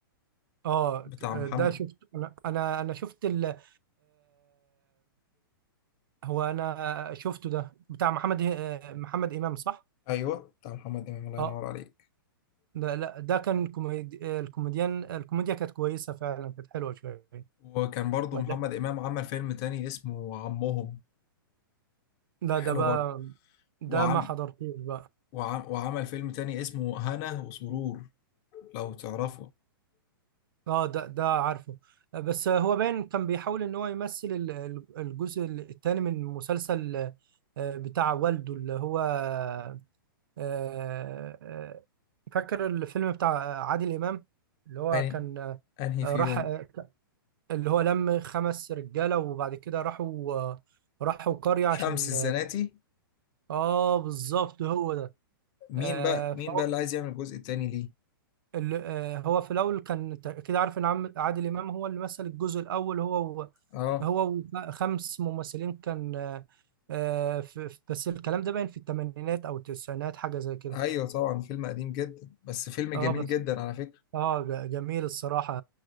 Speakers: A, on the right (about 65°); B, on the left (about 35°).
A: اه
B: بتاع محمد
A: ده شفت انا انا أنا شفت ال هو انا شفته ده بتاع محمد آه، محمد امام صح
B: ايوه بتاع محمد امام الله
A: اه
B: ينور عليك
A: ده لا ده كان كوميدي آه، الكوميديان الكوميديا كانت كويسه فعلا كانت حلوه شويه
B: وكان برضو
A: ولا
B: محمد امام عمل فيلم تاني اسمه عمهم
A: لا
B: حلو
A: ده بقى
B: برضو
A: ده
B: وعم,
A: ما حضرتوش بقى
B: وعم وعمل فيلم تاني اسمه هنا وسرور لو تعرفه
A: اه ده ده عارفه آه، بس هو باين كان بيحاول ان هو يمثل ال- ال- الجزء الثاني من مسلسل آه، بتاع والده اللي هو آه، آه، فاكر الفيلم بتاع عادل امام اللي هو
B: يعني
A: كان آه،
B: انهي
A: راح
B: فيهم
A: آه، اللي هو لم خمس رجاله وبعد كده راحوا راحوا قريه
B: شمس
A: عشان
B: الزناتي
A: اه بالظبط هو ده
B: مين
A: آه
B: بقى مين
A: فهو
B: بقى اللي عايز يعمل الجزء التاني ليه
A: ال- آه هو في الاول كان تع- كده عارف ان عم- عادل امام هو اللي مثل الجزء الاول هو و-
B: اه
A: هو وخمس ممثلين كان آه آه، في في- بس الكلام ده باين في الثمانينات او التسعينات حاجه زي كده
B: ايوه طبعا فيلم قديم جدا بس فيلم جميل
A: اه بس
B: جدا على فكرة
A: اه ج- جميل الصراحه